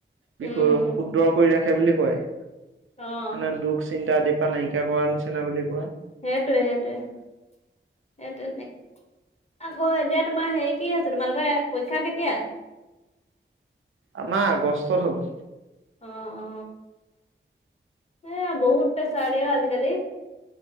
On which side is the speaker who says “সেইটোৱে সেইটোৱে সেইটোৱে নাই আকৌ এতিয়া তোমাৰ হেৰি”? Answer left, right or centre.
Left